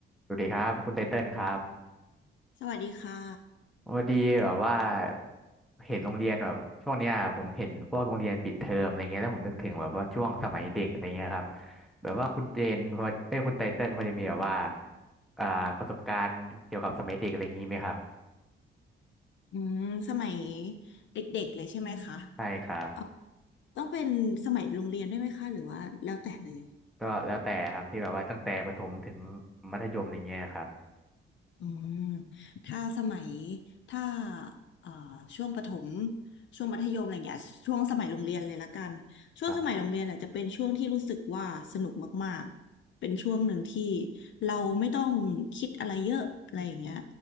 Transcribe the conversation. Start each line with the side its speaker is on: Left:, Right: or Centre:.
Centre: สวัสดีครับคุณไทเติ้ลครับ
Left: สวัสดีค่ะ
Centre: พอดีแบบว่าเห็นโรงเรียนแบบช่วงเนี้ยผมเห็นพวกโรงเรียนปิดเทอมอะไรเงี้ยแล้วผมนึกถึงแบบว่าช่วงสมัยเด็กอะไรเงี้ยครับแบบว่าคุณเจนพอเอ้ยคุณไทเติ้ลพอจะมีแบบว่าอ่าประสบการณ์เกี่ยวกับสมัยเด็กอะไรอย่างงี้ไหมครับ
Left: อืมสมัยเด็กๆ เลยใช่ไหมคะ
Centre: ใช่ครับ
Left: เอาต้องเป็นสมัยโรงเรียนด้วยไหมคะ หรือว่าแล้วแต่เลย
Centre: ก็แล้วแต่ครับที่แบบว่าตั้งแต่ประถมถึงมัธยมอะไรเงี้ยครับ
Left: อืมถ้าสมัยถ้าเอ่อช่วงประถมช่วงมัธยมอะไรอย่างเงี้ยช่วงสมัยโรงเรียนเลยละกันช่วงสมัยโรงเรียนอ่ะจะเป็นช่วงที่รู้สึกว่าสนุกมากๆเป็นช่วงหนึ่งที่
Centre: ครับ
Left: เราไม่ต้องคิดอะไรเยอะอะไรอย่างเงี้ย